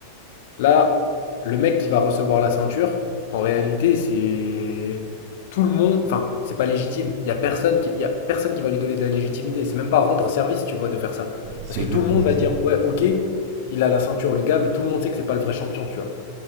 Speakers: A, on the left; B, on the right.
A: Là, le mec qui va recevoir la ceinture, en réalité, c'est tout le monde. Enfin, c'est pas légitime. Il y a personne qui, il y a personne qui va lui donner de la légitimité. C'est même pas rendre service, tu vois, de faire ça.
B: C'est
A: Parce que
B: exactement
A: tout le monde va
B: ça.
A: dire, ouais, ok, il a la ceinture, le gars, mais tout le monde sait que c'est pas le vrai champion, tu vois.